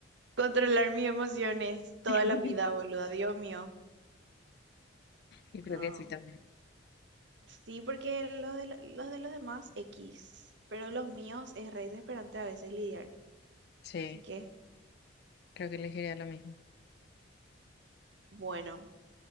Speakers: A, on the right; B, on the left.
A: Controlar mis emociones toda
B: <laughs>
A: la vida, boludo. Dios mío.
B: Yo creo
A: No.
B: que sí también.
A: Sí, porque los de, los de los demás, X. Pero los míos es re desesperante a veces lidiar.
B: Sí,
A: Así que,
B: creo que elegiría lo mismo.
A: bueno.